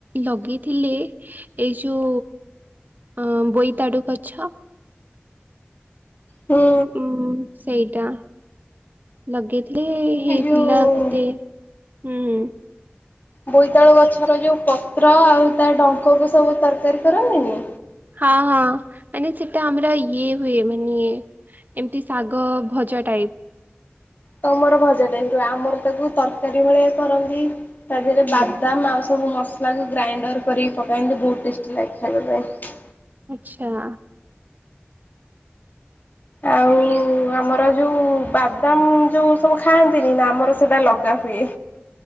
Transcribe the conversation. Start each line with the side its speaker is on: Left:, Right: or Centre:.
Right: ଲଗେଇଥିଲେ ଏ ଯଉ। ଅ ବୋଇତାଡୁ ଗଛ।
Left: ହୁଁ
Right: ଉଁ ହୁଁ ସେଇଟା ଲଗେଇକି ଲିଇଇଇ ହେଇଥିଲା
Left: ଏଇ ଯୋଉ
Right: କେତେ ଉଁ-ଉଁ-ଉଁ
Left: ବୋଇତାଳୁ ଗଛର ଯୋଉ ପତ୍ର ଆଉ ତା ଡଙ୍କକୁ ସବୁ ତରକାରୀ କରନ୍ତିନି?
Right: ହଁ ହଁ ମାନେ ସେଟା ଆମର ଇଏ ହୁଏ ମାନେ ଏମତି ଶାଗ ଭଜା ଟାଇପ୍
Left: ତମର ଭଜା ଟାଇପର ଆମର ତାକୁ ତରକାରୀ ଭଳିଆ କରନ୍ତି। ତା ଦେହରେ
Right: ହୁଁ
Left: ବାଦାମ ଆଉ ସବୁ ମସ୍ ତାକୁ ଗ୍ରାଇଣ୍ଡର କରିକି ପକାନ୍ତି ବହୁତ୍ ଟେଷ୍ଟି ଲାଗେ ଖାଇବା ପାଇଁ।
Right: ଆଚ୍ଛା।
Left: ଆଉଉଉ <inaudible> ଆମର ଯୋଉ ବାଦାମ ଯୋଉ ସବୁ ଖାଆନ୍ତିନି ନା, ଆମର ସେଟା ଲଗା ହୁଏ।